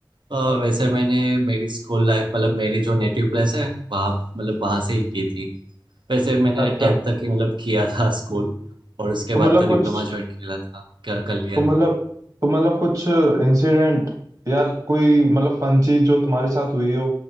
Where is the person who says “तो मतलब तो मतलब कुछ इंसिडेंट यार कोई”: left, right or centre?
Right